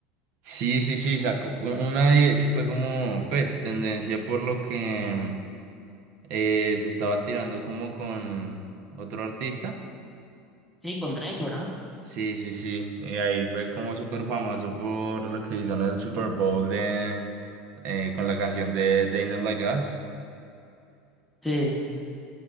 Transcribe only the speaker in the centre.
Sí, con Drake, ¿verdad?
Sí,